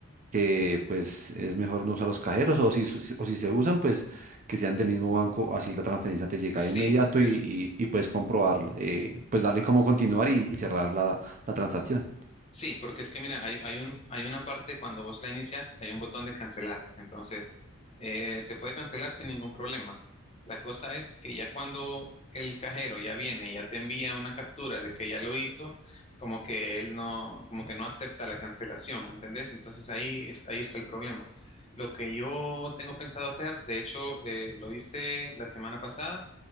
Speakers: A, on the right; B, on the left.
A: que pues es mejor no usar los cajeros o si, su- si- o si se usan, pues que sean del mismo banco, así la transferencia te llega
B: Sí,
A: de inmediato
B: es
A: y, y, y puedes comprobar, eh, pues darle cómo continuar y, y cerrar la, la transacción.
B: Sí, porque es que mira, hay, hay un, hay una parte cuando vos la inicias, hay un botón de cancelar. Entonces, eh, se puede cancelar sin ningún problema. La cosa es que ya cuando el cajero ya viene, y ya te envía una captura de que ya lo hizo, como que él no, como que no acepta la cancelación, ¿entendés? Entonces ahí está, ahí está el problema. Lo que yo tengo pensado hacer, de hecho, eh, lo hice la semana pasada